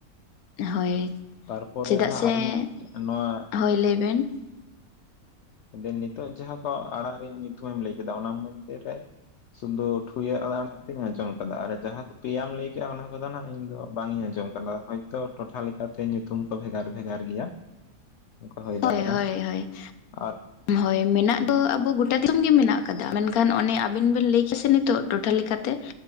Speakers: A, on the left (about 80°); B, on the left (about 65°).
A: ᱦᱳᱭ
B: ᱛᱟᱨᱯᱚᱨᱮ
A: ᱪᱮᱫᱟᱜ
B: ᱱᱟᱦᱟᱜ
A: ᱥᱮ
B: ᱟᱨ ᱢᱤᱫᱴᱮᱱ ᱱᱚᱣᱟ
A: ᱦᱳᱭ ᱞᱟᱹᱭ ᱵᱮᱱ।
B: ᱵᱮᱱ ᱱᱤᱛᱚᱜ ᱡᱟᱦᱟᱸ ᱠᱚ ᱟᱲᱟᱜ ᱨᱮᱭᱟᱜ ᱧᱩᱛᱩᱢ ᱢᱮᱢ ᱞᱟᱹᱭ ᱠᱮᱫᱟ ᱚᱱᱟ ᱢᱚᱫᱽᱫᱷᱮ ᱨᱮ ᱼᱼ ᱥᱩᱫᱩ ᱴᱷᱩᱸᱭᱟᱹᱜ ᱟᱫᱟᱲ ᱨᱮᱱᱟᱜ ᱛᱤᱧ ᱟᱸᱡᱚᱢ ᱠᱟᱫᱟ᱾ ᱟᱨ ᱡᱟᱦᱟᱸ ᱠᱚ ᱯᱮᱭᱟᱢ ᱞᱟᱹᱭ ᱠᱮᱜᱼᱟ ᱚᱱᱟ ᱠᱚᱫᱚ ᱱᱦᱟᱜ ᱤᱧ ᱫᱚ ᱵᱟᱝ ᱤᱧ ᱟᱸᱡᱚᱢ ᱼᱼ ᱠᱟᱫᱟ, ᱦᱳᱭᱛᱳ ᱴᱚᱴᱷᱟ ᱞᱮᱠᱟᱛᱮ ᱧᱩᱛᱩᱢ ᱠᱚ ᱵᱷᱮᱜᱟᱨ ᱵᱷᱮᱜᱟᱨ ᱜᱮᱭᱟ। ᱚᱱᱠᱟ ᱦᱩᱭ
A: ᱦᱳᱭ
B: ᱫᱟᱲᱮᱭᱟᱜᱼᱟ
A: ᱦᱳᱭ ᱦᱳᱭ᱾
B: ᱟᱨ
A: ᱦᱳᱭ ᱢᱮᱱᱟᱜ ᱫᱚ ᱟᱵᱚ ᱜᱚᱴᱟ ᱫᱤᱥᱚᱢ ᱜᱮ ᱢᱮᱱᱟᱜ ᱟᱠᱟᱫᱟ᱾ ᱢᱮᱱᱠᱷᱟᱱ ᱚᱱᱮ ᱟᱵᱤᱱ ᱵᱤᱱ ᱞᱟᱹᱭ ᱠᱮᱜᱼᱟ ᱥᱮ ᱱᱤᱛᱚᱜ ᱴᱚᱴᱷᱟ ᱞᱮᱠᱟᱛᱮ,